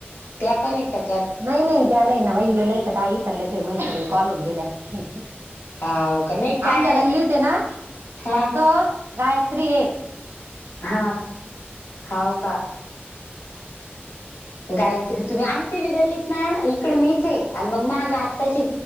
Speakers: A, on the left; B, on the right.
A: त्या पण इथेच
B: नाही, नाही. त्या नाही ना बाई, नाही तर का इतरले ते मै कॉलून गेल्या. <unintelligible>
A: हाव का नाही का
B: आमच्या
A: रे
B: गल्लीतय ना,
A: हा
B: फक्त गायत्रीय.
A: हा. हाव का.
B: <unintelligible>
A: गायत्री तुम्ही. आमचे बि गल्लीत ना, इकड मीचय. आणि मग मागं आत्ताशी